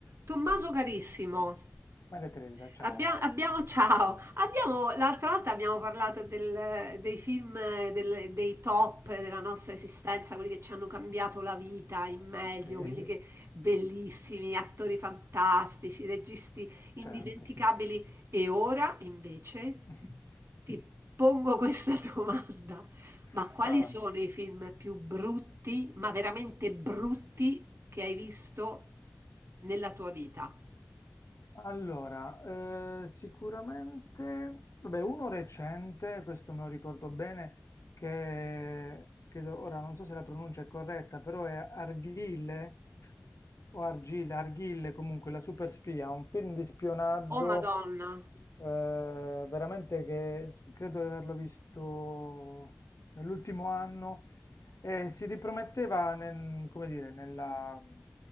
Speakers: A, on the right (about 55°); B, on the left (about 70°).
A: Tommaso carissimo,
B: Maria Teresa, ciao.
A: abbia- abbiamo, ciao, abbiamo, l'altra volta abbiamo parlato del- dei film, eh, del- dei top della nostra esistenza, quelli che ci hanno cambiato la vita in meglio,
B: Sì,
A: quelli che bellissimi, attori fantastici, registi indimenticabili.
B: certo.
A: E ora invece
B: <laughs>
A: ti pongo questa <laughs> domanda. Ma
B: Spara.
A: quali sono i film più brutti, ma veramente brutti, che hai visto nella tua vita?
B: Allora, eh, sicuramente, vabbè, uno recente, questo me lo ricordo bene, che credo, ora non so se la pronuncia è corretta, però è Arghile o Argile, Arghille comunque, la super spia, un film di spionaggio
A: Oh Madonna,
B: eh, veramente che s- credo di averlo visto nell'ultimo anno e si riprometteva nel- come dire, nella,